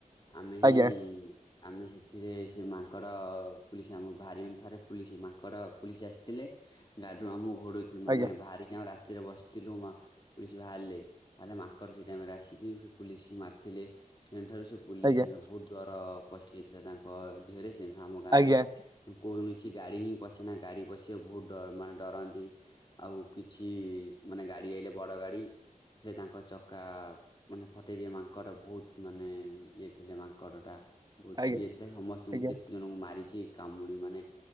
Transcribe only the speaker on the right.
ଆଜ୍ଞା
ଆଜ୍ଞା
ଆଜ୍ଞା
ଆଜ୍ଞା
ଆଜ୍ଞା
ଆଜ୍ଞା